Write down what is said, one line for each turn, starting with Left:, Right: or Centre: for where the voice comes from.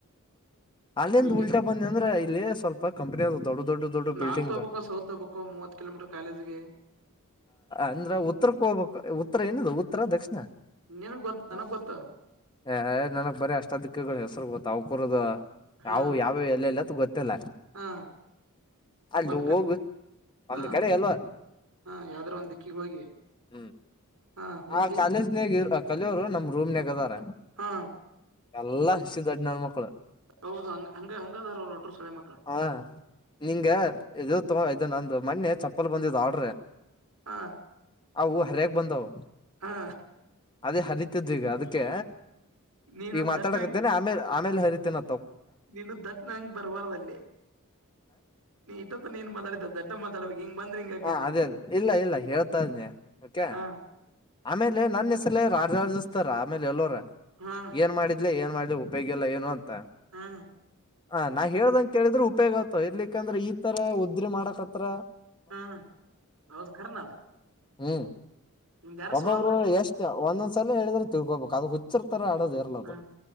Left: ಅಲ್ಲಿಂದ
Right: ಇಲ್ಲಿ
Left: ಉಲ್ಟಾ ಬಂದಿ ಅಂದ್ರೆ ಇಲ್ಲಿ ಸ್ವಲ್ಪ ಕಂಪನಿ ಆದ ದೊಡ್ಡ ದೊಡ್ಡ ದೊಡ್ಡ
Right: ನಾರ್ತ್
Left: ಬಿಲ್ಡಿಂಗ್
Right: ಹೋಗ್ಬೇಕು ಸೌತ್ ಹೋಗ್ಬೇಕು ಮೂವತ್ ಕಿಲೋಮೀಟರ್ ಕಾಲೇಜ್ಗೆ
Left: ಅಂದ್ರ ಉತ್ತರಕ್ಕೆ ಹೋಗಬೇಕು ಏನ ಉತ್ತರ ದಕ್ಷಿ
Right: ನಿನಗ್ ಗೊತ್ತ ನನಗ್
Left: <unintelligible>
Right: ಗೊತ್ತ
Left: ಏ ನನಗ್ ಬರೀ ಅಷ್ಟ ದಿಕ್ಕುಗಳ ಹೆಸರು ಗೊ ತಾವುಕುರೋದ
Right: ಹಾ
Left: ಯಾವು ಯಾವ್ಯ ಎಲ್ಲಲ್ಲ. ಇತ್ತಲ್ಲ
Right: ಹಾ
Left: ಅಲ್ಲಿ
Right: ಒಂದ್ ಕ
Left: ಹೋಗ
Right: ಹಾ
Left: ಒಂದ ಕಡೆ ಎಲ್ಲೊ
Right: ಹಾ ಯಾವ್ದಾರ ಒಂದ್ ದಿಕ್ಕಿಗ್ ಹೋಗಿ
Left: ಹ್ಮ್.
Right: ಹಾ ಹೋಗಿ
Left: ಆ ಕಾಲೇಜ್ನಗ ಕಲಿಯೋರು ನಮ ರೂಮ್ನಾಗದಾರ.
Right: ಹಾ
Left: ಎಲ್ಲಾ ಹಸಿ ದಡ್ ನನ್ಮಕ್ಳು.
Right: ಹೌದು ಹಂಗ ಹಂಗ ಹಂಗದಾರ ಅವ್ರ ಒಟ್ರು ಸೊಳೆ ಮಕ್ಳ
Left: ಹ ನಿಂಗ ಇದು ತೊ ಇದು ನಂದು ಮನ್ನೆ. ಚಪ್ಪಲ್ ಬಂದಿದ್ದ ಆಡ್ರೆ.
Right: ಹಾ
Left: ಅವು ಅರಿಯಕ್ ಬಂದವು.
Right: ಹಾ
Left: ಅದೇ ಹರಿತಿದ್ದ ಈಗ ಅದಕ್ಕೆ.
Right: ನೀನು
Left: ಈಗ ಮಾತಾಡಕತೇನೆ
Right: ದಡ್ಡಂಗ್
Left: ಆಮೇಲೆ. ಆಮೇಲೆ ಹರಿತಿನ.
Right: ನೀನು ದಡ್ ನಂ ಬರ್ಬಾರ್ದಲ್ಲಿ. ನೀ ಇತ್ತ ನೀಏನ್ ಮಾತಾಡಿದ ದಡ್ ಮಾತಾಡಬೇಕಾಗ ಹಿಂಗ ಆಕೈತಿ
Left: ಹಾ ಅದೇ ಅದೇ ಇಲ್ಲ ಇಲ್ಲ ಹೇಳ್ತಾ ಇದನಿ ಓಕೆ
Right: ಹಾ
Left: ಆಮೇಲೆ ನನ್ನ ಹೆಸರಲೇ ರಾಜ ಇತ್ತಾರ ಆಮೇಲೆ ಎಲ್ಲೋರ.
Right: ಹಾ
Left: ಏನ್ ಮಾಡಿದ್ಲ ಏನ್ ಮಾಡಿ ಉಪಯೋಗಿಲ್ಲಲ್ಲ ಏನು ಅಂತ
Right: ಹಾ
Left: ತ ನಾ ಹೇಳ್ದಂಗ ಕೇಳಿದ್ರೆ ಉಪಯೋಗ ಆ ಇರ್ಲಿಕ್ಕಂದ್ರೆ ಈ ತರ ಉದ್ರೆ ಮಾಡಕ್ತ್ರ
Right: ಹ್ಮ ಹೌದು ಕರ್ನ ಅದ
Left: ಹ್ಮ್
Right: ನಿಂದ ಯಾರ
Left: ಒಬ್ಬೊಬ್ರು
Right: ಸೋಳ ಅಂದ್ರ ನಿಂದ
Left: ಎಷ್ಟು ಒಂದೊ ಒಂದಸಲ ಹೇಳಿದ್ರ ತಿಳ್ಕೋಬೇಕು ಅದು ಹುಚ್ಚರ ತರ ಆಡೋದು ಇರಲದು
Right: ಹ